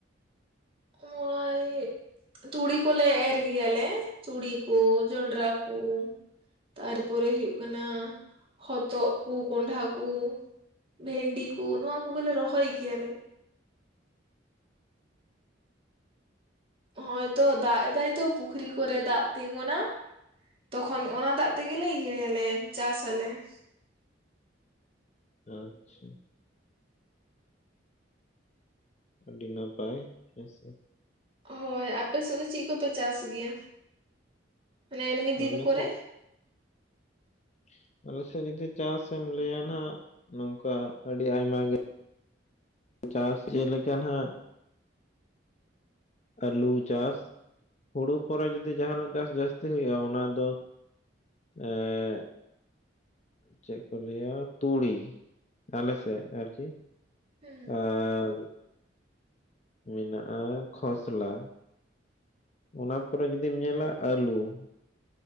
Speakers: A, on the right; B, on the left.
A: <unintelligible> ᱛᱩᱲᱤ ᱠᱚᱞᱮ ᱮᱨ ᱜᱮᱭᱟ ᱞᱮ ᱛᱩᱲᱤ ᱠᱩ, ᱡᱚᱱᱰᱨᱟ ᱠᱩ ᱛᱟᱨᱯᱚᱨᱮ ᱦᱩᱭᱩᱜ ᱠᱟᱱᱟ, ᱦᱚᱛᱚᱜ ᱠᱩ, ᱠᱳᱱᱰᱷᱟ ᱠᱩ ᱾ ᱵᱷᱮᱱᱰᱤ ᱠᱩ ᱱᱚᱣᱟ ᱠᱩᱜᱮ ᱞᱮ ᱨᱚᱦᱚᱭ ᱜᱮᱭᱟ ᱞᱮ ᱾ ᱦᱚᱭ ᱛᱚ ᱫᱟᱜ ᱮᱫᱟᱭ ᱛᱚ ᱯᱩᱠᱷᱨᱤ ᱠᱚᱨᱮ ᱫᱟᱜ ᱛᱤᱸᱜᱩᱱᱟ ᱾ ᱛᱚᱠᱷᱚᱱ ᱚᱱᱟ ᱫᱟᱜ ᱛᱮᱜᱮᱞᱮ ᱤᱭᱟᱹᱭᱟᱞᱮ ᱪᱟᱥ ᱟᱞᱮ ᱾
B: ᱟᱪᱪᱷᱟ ᱾ ᱟᱹᱰᱤ ᱱᱟᱯᱟᱭ ᱦᱮᱸᱥᱮ ᱾
A: ᱦᱳᱭ, ᱟᱯᱮ ᱥᱮᱜ ᱫᱚ ᱪᱤᱜ ᱠᱚᱯᱮ ᱪᱟᱥ ᱜᱮᱭᱟ? ᱢᱟᱱᱮ ᱮᱢᱱᱤ
B: <unintelligible>
A: ᱫᱤᱱ ᱠᱚᱨᱮ
B: ᱟᱞᱮ ᱥᱮᱜ ᱱᱤᱛᱚ ᱪᱟᱥᱮᱢ ᱞᱟᱹᱭᱟ ᱱᱟᱱᱟᱜ ᱱᱚᱝᱠᱟ ᱟᱹᱰᱤ ᱟᱭᱢᱟ ᱜᱮ ᱾ ᱪᱟᱥ ᱡᱮᱞᱮᱠᱟ ᱱᱟᱦᱟᱜ ᱟᱹᱞᱩ ᱪᱟᱥ, ᱦᱩᱲᱩ ᱯᱚᱨᱮ ᱡᱩᱫᱤ ᱡᱟᱦᱟᱱᱟᱜ ᱪᱟᱥ ᱡᱟᱹᱥᱛᱤ ᱦᱩᱭᱩᱜᱼᱟ ᱚᱱᱟ ᱫᱚ ᱮᱸᱻᱜ ᱪᱮᱜ ᱠᱚ ᱞᱟᱹᱭᱟ ᱛᱩᱲᱤ ᱟᱞᱮ ᱥᱮᱜ ᱟᱨᱠᱤ
A: ᱦᱩᱸ
B: ᱟᱻᱞ <unintelligible> ᱢᱮᱱᱟᱜᱼᱟ ᱠᱷᱚᱥᱞᱟ ᱚᱱᱟ ᱯᱚᱨᱮ ᱡᱩᱫᱤᱢ ᱧᱮᱞᱟ ᱟᱹᱞᱩ ᱾